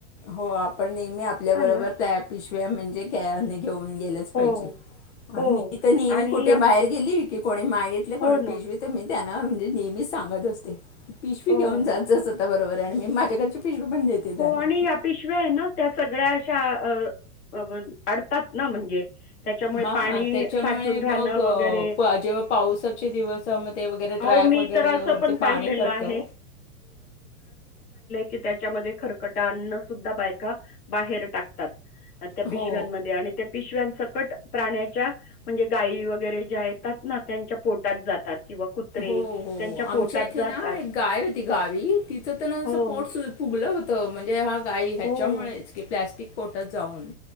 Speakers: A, on the left; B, on the left.
A: हो आपण नेहमी आपल्या बरोबर
B: ना
A: प पिशव्या म्हणजे क घेऊन गेले
B: हो,
A: पाहिजे आणि
B: हो.
A: मी तर नेहमी
B: आणि
A: कुठे
B: या
A: बाहेर गेली? की कोणी माय घेतले पण
B: हो ना.
A: पिशवी तर मी त्यांना म्हणजे नेहमीच सांगत असते. पिशवी
B: हो.
A: घेऊन जात जा सतत. बरोबर आणि मी माझ्याकड पिशवी बन देते त्यांना.
B: हो आणि या पिशव्या आहे ना त्या सगळ्या अशा अ अडतात ना म्हणजे. त्याच्यामुळे
A: हा
B: पाणी
A: त्याच्यामुळे
B: साठून राहणं
A: मग
B: वगैरे.
A: जेव्हा पावसाचे दिवसमध्ये वगैरे
B: अहो
A: ट्रक
B: मी
A: वगैरे
B: तर असं
A: वरती
B: पण पाहिलेलं
A: पाणी भरतो.
B: आहे कि त्याच्यामध्ये खरकटांना सुद्धा बायका बाहेर टाकतात. त्या पिशव्यांमध्ये
A: हो.
B: आणि त्या पिशव्यांच कट प्राण्याच्या म्हणजे गायी वगैरे ज्या येतात ना त्यांच्या पोटात जातात. किंवा कुत्रे
A: हो हो.
B: त्यांच्या
A: आमच्या
B: पोटात
A: इथे
B: जातात.
A: ना एक गाय होती गावी तिच तर
B: हो,
A: पोट फुगलं हो त म्हणजे हा गायी ह्याच्या
B: हो,
A: मुळेच की प्लास्टिक पोटांत जाऊन